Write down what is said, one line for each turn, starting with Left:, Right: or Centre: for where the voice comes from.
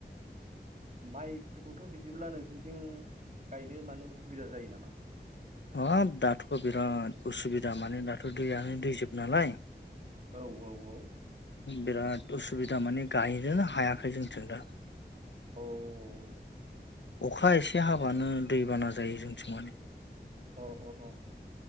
Right: माइफोरखौथ' बिदिब्ला नोंसिनिथिं गायनो मानो उसुबिदा जायो नामा?
Left: हाब दाथ' बिराद उसुबिदा माने दाथ' दैयानो दैजोब नालाय
Right: औ औ औ
Left: बिराद उसुबिदा माने गायनोनो हायाखै जोंथिं दा
Right: औ
Left: अखा एसे हाबानो दैबाना जायो जोंथिं माने
Right: औ औ औ